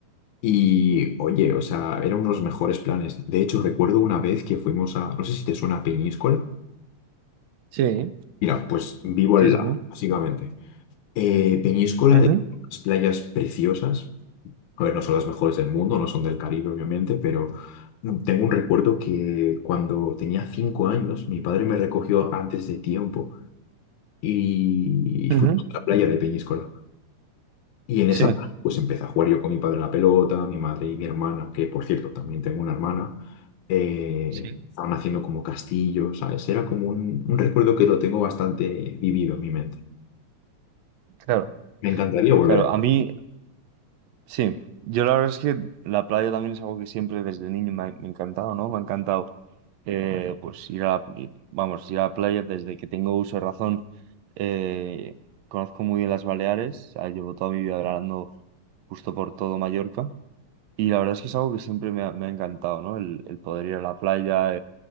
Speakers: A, on the left; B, on the right.
A: Y oye, o sea, eran unos mejores planes. De hecho, recuerdo una vez que fuimos a, no sé si te suena Peñíscola.
B: Sí,
A: Mira, pues vivo
B: sí,
A: al
B: sí,
A: lado,
B: sí.
A: básicamente. Eh, Peñíscola,
B: Ujú,
A: de unas playas preciosas. A ver, no son las mejores del mundo, no son del Caribe, obviamente, pero tengo un recuerdo que cuando tenía cinco años, mi padre me recogió antes de tiempo y
B: ujú.
A: fuimos a la playa de Peñíscola. Y en
B: Sí,
A: esa, pues empecé a jugar yo con mi padre a la pelota, mi madre y mi hermana, que por cierto, también tengo una hermana. eh,
B: sí.
A: estaban haciendo como castillos, ¿sabes? Era como un, un recuerdo que lo tengo bastante vivido en mi mente.
B: Claro,
A: Me encantaría volver
B: claro.
A: a
B: A mí, sí. Yo la verdad es que la playa también es algo que siempre desde niño me ha, me ha encantado, ¿no? Me ha encantado eh, pues ir a, vamos, ir a la playa desde que tengo uso de razón. eh, conozco muy bien las Baleares, ah, llevo toda mi vida grabando justo por todo Mallorca y la verdad es que es algo que siempre me ha, me ha encantado, ¿no? El, el poder ir a la playa,